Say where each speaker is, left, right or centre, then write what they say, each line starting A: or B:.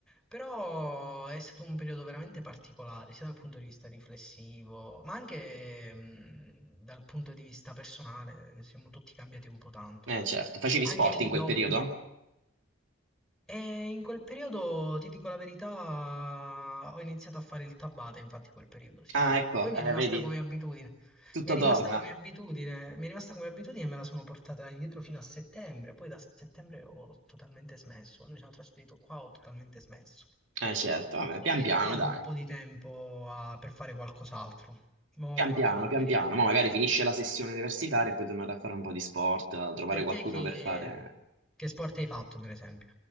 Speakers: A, in the centre; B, on the right.
A: però è stato un periodo veramente particolare, sia dal punto di vista riflessivo, ma anche mh, dal punto di vista personale, siamo tutti cambiati un po' tanto.
B: Eh certo, facevi
A: Anche
B: sport
A: negli
B: in quel
A: hobby,
B: periodo?
A: e in quel periodo, ti dico la verità, ho iniziato a fare il tabata, infatti, in quel periodo, sì,
B: Ah,
A: sì.
B: ecco,
A: Poi mi
B: eh,
A: è rimasta
B: vedi,
A: come abitudine.
B: tutto
A: Mi è rimasta
B: torna.
A: come abitudine, mi è rimasta come abitudine e me la sono portata indietro fino a settembre. Poi da settembre ho totalmente smesso. Quando mi sono trasferito qua ho totalmente smesso.
B: Eh certo, vabbè,
A: Però
B: pian
A: Dovrei
B: piano,
A: trovarlo
B: dai.
A: un po' di tempo a- per fare qualcos'altro. Ma
B: Pian
A: piano
B: piano,
A: piano magari
B: pian piano,
A: mi organizzo.
B: ma magari finisce la sessione universitaria e poi tornare a fare un po' di sport, a trovare
A: E
B: qualcuno
A: te che,
B: per fare...
A: che sport hai fatto, per esempio?